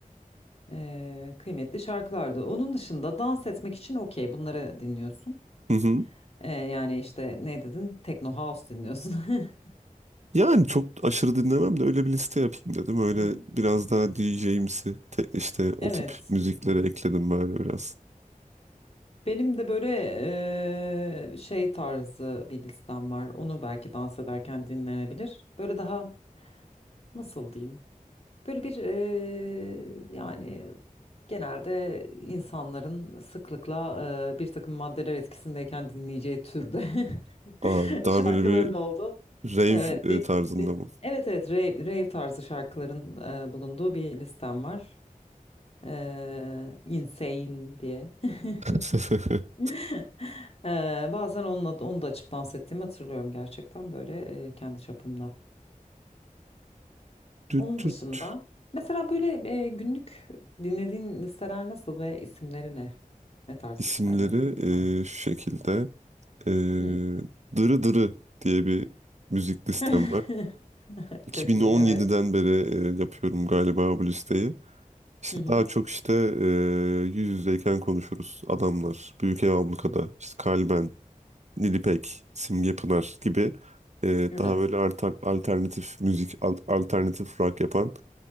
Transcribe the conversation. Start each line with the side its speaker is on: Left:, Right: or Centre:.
Left: Ee, kıymetli şarkılardı. Onun dışında dans etmek için okey bunları dinliyorsun.
Right: Hı hı.
Left: Ee, yani işte ne dedin? Techno House dinliyorsun. <laughs>
Right: Yani çok aşırı dinlemem de öyle bir liste yapayım dedim. Öyle
Left: Hı hı.
Right: biraz daha DJ'imsi te- işte
Left: Evet.
Right: o tip müzikleri ekledim böyle biraz.
Left: Benim de böyle eee, şey tarzı bir listem var. Onu belki dans ederken dinlenebilir. Böyle daha nasıl diyeyim? Böyle bir eee, yani genelde insanların sıklıkla eee, bir takım maddeler etkisindeyken dinleyeceği türde <laughs>
Right: Aa, daha
Left: şarkıların
Right: böyle bir
Left: oldu.
Right: rave
Left: Evet, değişik
Right: e, tarzında
Left: bir.
Right: mı?
Left: Evet evet rave, rave tarzı şarkıların eee, bulunduğu bir listem var. Eee Insane diye. <laughs>
Right: <laughs>
Left: <laughs> Eee, bazen onunla, onu da açıp dans ettiğimi hatırlıyorum gerçekten böyle eee, kendi çapımda.
Right: Düt
Left: Onun dışında
Right: düt
Left: mesela böyle eee, günlük dinlediğin listeler nasıl ve isimleri ne? Ne tarz
Right: isimleri
Left: listeler var?
Right: e, şu şekilde. E,
Left: Hı.
Right: Dırı Dırı diye bir müzik listem
Left: <laughs>
Right: var. 2017'den
Left: Çok iyi evet.
Right: beri e, yapıyorum galiba bu listeyi. İşte
Left: Hı hı.
Right: daha çok işte e, yüz yüzeyken konuşuruz. Adamlar, Büyük Ev Ablukada, işte Kalben, Nilipek, Simge Pınar gibi e,
Left: Evet.
Right: daha böyle alter- alternatif müzik, al- alternatif rock yapan